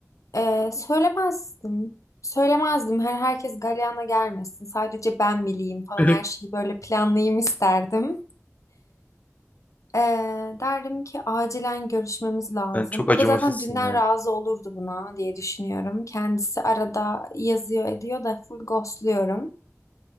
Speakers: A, on the left (about 75°); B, on the left (about 30°).
A: Ee, söylemezdim. Söylemezdim. Her herkes galyana gelmesin. Sadece ben bileyim falan
B: <laughs>
A: her şeyi böyle planlayayım isterdim. Ee, derdim ki acilen görüşmemiz lazım.
B: Yani çok
A: O
B: acımasızsın
A: da zaten dünden
B: ya.
A: razı olurdu buna diye düşünüyorum. Kendisi arada yazıyor ediyor da full ghostluyorum.